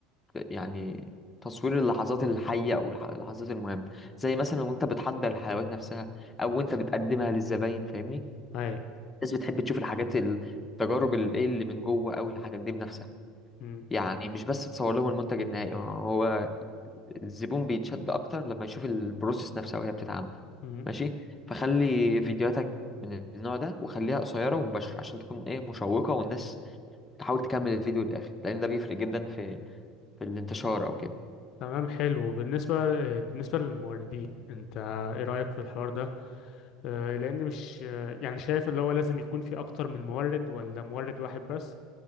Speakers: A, on the left; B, on the left.
A: يعني تصوير اللحظات الحية او الح- اللحظات المهمة زي مثلا وانت بتحضر الحلويات نفسها او وانت بتقدمها للزباين فاهمني
B: أي
A: الناس بتحب تشوف الحاجات التجارب الايه اللي من جوه قوي الحاجات دي بنفسها
B: مم.
A: يعني مش بس تصور لهم المنتج النهائي هو الزبون بيتشد اكتر لما يشوف البروسيس نفسها وهي بتتعمل
B: مم.
A: ماشي فخلي فيديوهاتك من النوع ده وخليها قصيرة ومباشرة عشان تكون ايه مشوقة والناس تحاول تكمل الفيديو للآخر لأن ده بيفرق جدا في في الانتشار أو كده
B: تمام حلو بالنسبة آه، بالنسبة للموردين انت ايه رأيك في الحوار ده آه، لان مش آه، يعني شايف اللي هو لازم يكون في اكتر من مورد ولا مورد واحد بس